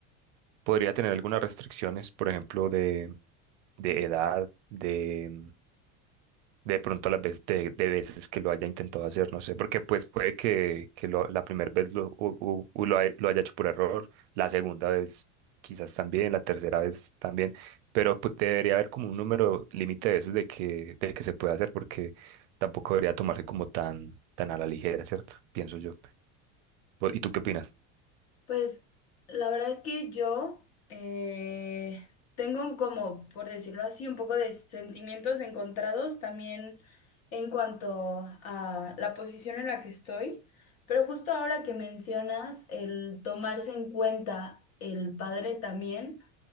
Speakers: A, on the right; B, on the left.
A: podría tener algunas restricciones, por ejemplo, de, de edad, de, de pronto a las veces, de, de veces que lo haya intentado hacer, no sé, porque pues puede que, que lo- la primera vez lo, u- u- u lo, hay- lo haya hecho por error, la segunda vez quizás también, la tercera vez también, pero pues, debería haber como un número límite de veces de que, de que se puede hacer, porque tampoco debería tomarse como tan, tan a la ligera, ¿cierto? Pienso yo. ¿Y tú qué opinas?
B: Pues la verdad es que yo eh, tengo como, por decirlo así, un poco de sentimientos encontrados también en cuanto a la posición en la que estoy, pero justo ahora que mencionas el tomarse en cuenta el padre también.